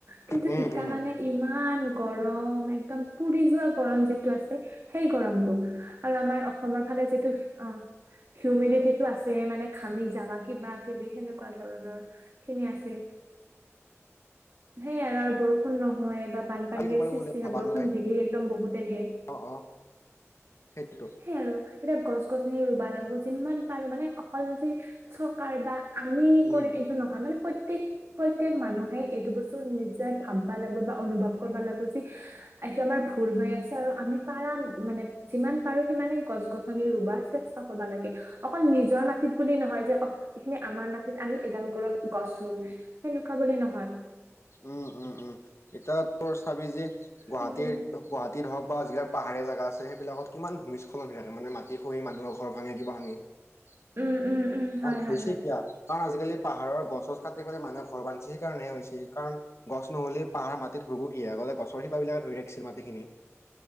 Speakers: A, on the right (about 55°); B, on the left (about 65°).
A: কিন্তু
B: উম
A: ইত
B: উম
A: মানে ইমান গৰম একদম পুৰি যোৱা গৰম যে। আছে সেই গৰমটো আৰু আমাৰ। অসমৰ ফালে যিটো অ হিউমিডিটিটো আছে মানে খামি যাবা কিবা কিবি সেনেকুৱা। এনেকুৱা ধৰণৰ খিনি আছে সেইয় আৰু বৰষুণ নহয়। বা বানপানীৰে
B: কি ক'ব লাগিব
A: সৃষ্টি
B: বোলে
A: হয়
B: ভাবা
A: বৰষুণ
B: নাই
A: দিলি একদম বহুতে দিয়ে।
B: অ অ সেইটোতো
A: সেই আৰু এতিয়া গছ গছনি ৰুবা লাগিব যিমান পাৰো মানে অকল যে চকাৰ বা আমি কৰিম
B: উম
A: এইটো নহয় মানে প্ৰত্যে প্ৰত্যেক প্ৰত্যেক মানুহে এইটো বস্তু নিজে ভাববা লাগে বা অনুভৱ কৰিবা লাগিব যে এইটো আমাৰ ভুল হৈ আছে আৰু আমি পাৰ মানে যিমান পাৰো সিমানে গছ গছনি ৰুব চেষ্টা কৰিবা লাগে অকল নিজৰ নাচিত বুলি নহয় যে অ এইখিনি আমাৰ মাটিত আমি এডাল গডত গছ ৰুম সেনেকুৱা বুলি নহয়
B: উম উম উম এতিয়া ত চাবি যে গুৱাহাটীৰ
A: সেইটোৱে
B: গুৱাহাটীত হওক বা যিবিলাক পাহাৰীয়া জাগা আছে সেইবিলাকত কিমান ভূমিস্খলন হৈ আছে মানে মাটি খহি মানুহৰ ঘৰ ভাঙি কিবা ভাঙি <unintelligible>
A: উম উম উম হয়
B: অ
A: হয়
B: হৈছে
A: হয়
B: কিয় কাৰণ আজিকালি পাহাৰৰ গছ গছ কাটি পাললে মানুহে ঘৰ বান্ধি সেইকাৰণে হৈছিল কাৰণ গছ নহ'লে পাহাৰৰ মাটিত ধৰিবহি আও তলতে গছৰ শিপাবিলাকত ধৰি ৰাখিছিল মাটিখিনি